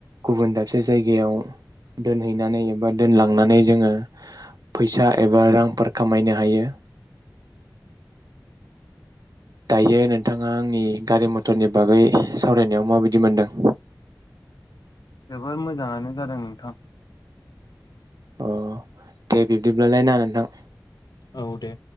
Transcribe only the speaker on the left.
जोबोर मोजाङानो जादों नोंथां
औ दे